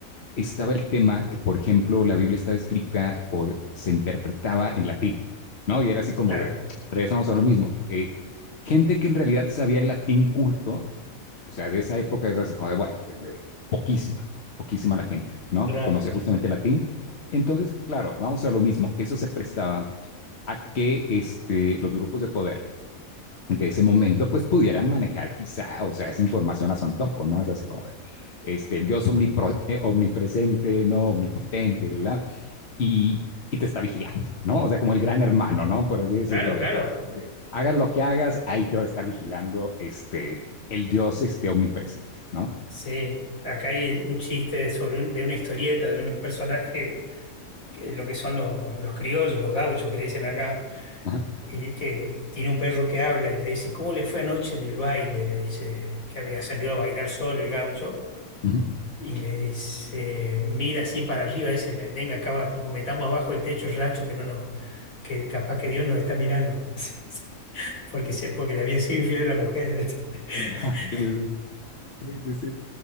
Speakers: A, on the left; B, on the left.
A: estaba el tema que, por ejemplo, la Biblia estaba escrita o se interpretaba en latín, ¿no? Y era así como
B: Claro,
A: de, regresamos a lo mismo. Eh, gente que en realidad sabía el latín culto, o sea, de esa época es así como de, bueno, eh, eh, poquísima, poquísima la gente, ¿no?
B: claro.
A: Que conocía justamente el latín. Entonces, claro, vamos a lo mismo. Eso se prestaba a que este, los grupos de poder de ese momento, pues pudieran manejar quizá, o sea, esa información a su antojo, ¿no? Es así como de, este, el Dios omnipro, eh, omnipresente, no omnipotente, bla, bla, y, y te está vigilando, ¿no? O sea, como el gran hermano, ¿no? Por así decirlo,
B: Claro, claro.
A: de que oye, hagas lo que hagas, ahí te va a estar vigilando este, el Dios este, omnipresente, ¿no?
B: Sí, acá hay un chiste sobre un- de una historieta de un personaje, que- lo que son los, los criollos, los gauchos que le dicen acá,
A: Ajá.
B: y que tiene un perro que habla y le dice, ¿cómo le fue anoche en el baile? Le dice que había salido a bailar solo el gaucho
A: Uh-huh.
B: y le dice, mira así para arriba, dice, "Ven- venga acá, va- nos metamos abajo el techo del rancho que no nos, que capaz que Dios nos está mirando, <laughs> porque, se, porque le había sido infiel a la mujer. <laughs>
A: Ajá. Sí, sí, sí, sí.